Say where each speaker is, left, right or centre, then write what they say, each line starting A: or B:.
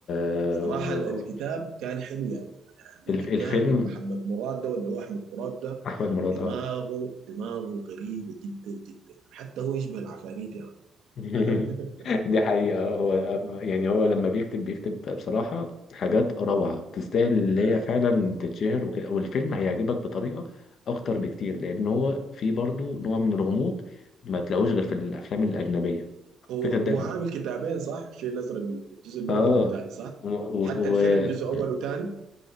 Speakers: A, on the left; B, on the right.
A: و...
B: صراحة ال- الكتاب كان حلو يا مان يعني
A: ال-
B: الكاتب
A: الفيلم
B: محمد مراد ده ولا هو أحمد مراد ده
A: احمد مراد
B: دماغه
A: اه
B: دماغه غريبة جدا جدا حتى هو يشبه العفاريت يا
A: <laughs>
B: مان
A: دي حقيقة هو يعني هو لما بيكتب بيكتب بصراحة حاجات روعة تستاهل اللي
B: <laughs>
A: هي فعلا تتشهر وكده والفيلم هيعجبك بطريقة أكتر بكتير لأن هو فيه برضو نوع من الغموض ما تلاقوش غير في الأفلام الأجنبية
B: هو
A: فكرة
B: هو
A: ده
B: عامل كتابين صح الفيل الازرق الجزء الاول
A: اه
B: والثاني صح
A: وبالظبط
B: حتى الفيلم جزء اول وثاني